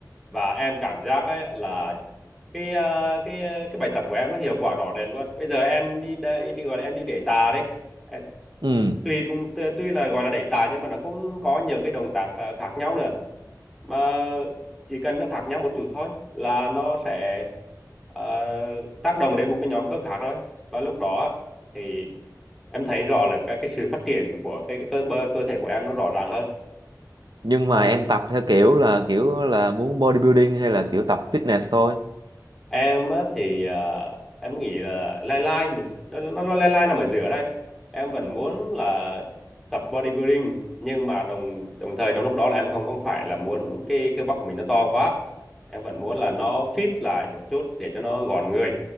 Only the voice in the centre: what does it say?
và em cảm giác ấy là cái ờ, cái cái bài tập của em nó hiệu quả rõ rệt luôn bây giờ em đi đây đi gọi là em đi đẩy tạ đấy Em-
tuy cũng tuy là gọi là đẩy tạ nhưng mà nó cũng có nhiều cái động tác ờ, khác nhau nữa mà chỉ cần nó khác nhau một chút thôi là nó sẽ ờ, tác động đến một cái nhóm cơ khác thôi và lúc đó á, thì em thấy rõ là cái cái sự phát triển của cái, cái cơ bơ- cơ thể của em nó rõ ràng hơn
cho
nên
em á, thì ờ, em nghĩ là lai lai một nó nó, nó lai lai nằm ở giữa đây em vẫn muốn là tập bodybuilding nhưng mà đồng đồng thời trong lúc đó là em không không phải là muốn cái cơ bắp của mình nó to quá em vẫn muốn là nó fit lại một chút để cho nó gọn người